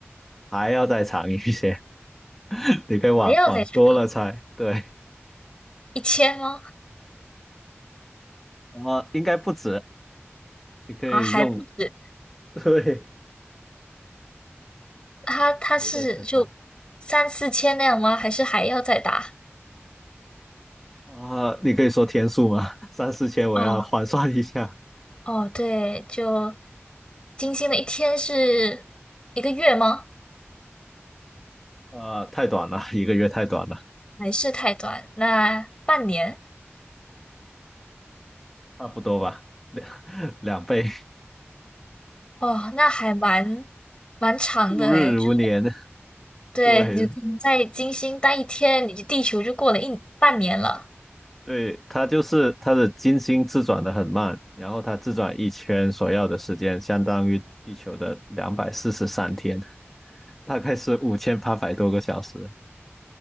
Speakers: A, in the centre; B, on the left (about 20°).
A: 还要再长一些。<laughs> 你可以往往多了猜。
B: 还要再长
A: 对，
B: 一千吗？
A: 呃，应该不止。你可以用，
B: 啊，还不止，
A: <laughs> 对，
B: 它它是就三四千那样吗？
A: 我会再猜猜。
B: 还是还要再大？
A: 啊、你可以说天数吗？<laughs> 三四千，我要换算一下。
B: 哦，哦，对，就金星的一天是一个月吗？
A: 啊、太短了，一个月太短了，
B: 还是太短？那半年？
A: 差不多吧，两 <laughs> 两倍，
B: 哦，那还蛮蛮长的诶，
A: 度日如年。
B: 就对，
A: 对
B: 你可能在金星待一天，你就地球就过了一半年了。
A: 对，它就是它的金星自转的很慢，然后它自转一圈所要的时间相当于地球的两百四十三天，大概是五千八百多个小时。